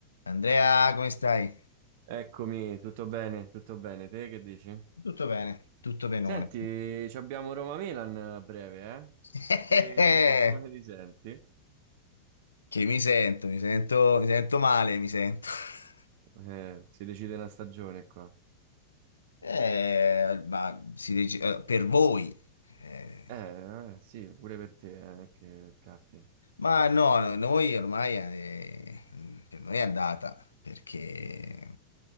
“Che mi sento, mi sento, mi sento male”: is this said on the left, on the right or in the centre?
Left